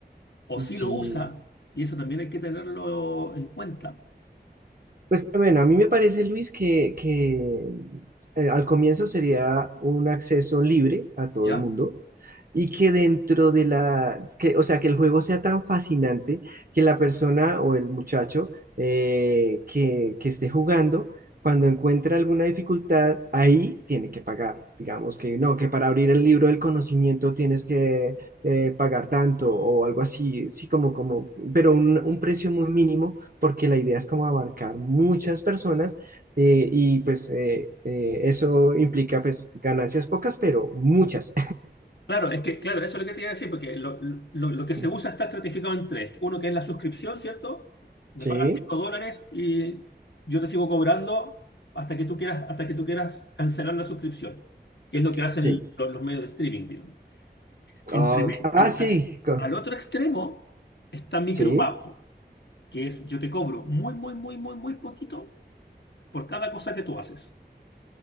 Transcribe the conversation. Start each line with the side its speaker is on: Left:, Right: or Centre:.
Left: o si
Right: sí.
Left: lo usa, y eso también hay que tenerlo en cuenta.
Right: Pues bueno, a mí me parece, Luis, que, que, eh, al comienzo sería un acceso libre a todo
Left: ¿Ya?
Right: el mundo y que dentro de la, que, o sea, que el juego sea tan fascinante que la persona o el muchacho eh, que, que esté jugando, cuando encuentra alguna dificultad, ahí tiene que pagar. Digamos que no, que para abrir el libro del conocimiento tienes que eh, pagar tanto o algo así, sí, como, como, pero un, un precio muy mínimo, porque la idea es como abarcar muchas personas eh, y pues eh, eh, eso implica pues ganancias pocas, pero muchas.
Left: Claro, es que, claro, eso es lo que te iba a decir, porque lo, lo- lo que se
Right: <laughs>
Left: usa está estratificado en tres. Uno que es la suscripción, ¿cierto? Me
Right: Sí,
Left: pagas 5 dólares y yo te sigo cobrando hasta que tú quieras, hasta que tú quieras cancelar la suscripción, que es lo que hacen
Right: sí.
Left: lo- los, medios de streaming, digamos. Entre,
Right: Ok.
Left: me-
Right: Ah,
Left: al,
Right: sí.
Left: al-
Right: co-
Left: al otro extremo está micropago,
Right: Sí,
Left: que es yo te cobro muy, muy, muy, muy, muy poquito por cada cosa que tú haces.